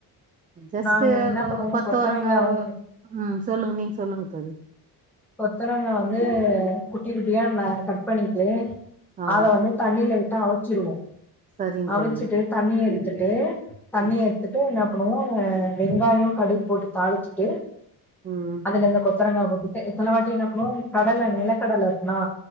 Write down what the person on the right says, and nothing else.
ஜஸ்ட்டு
கொ
கொத்தவரங்க
ம் சொல்லுங் நீங் சொல்லுங்க தோழி
ஆ
சரிங்க
தோழி
ம்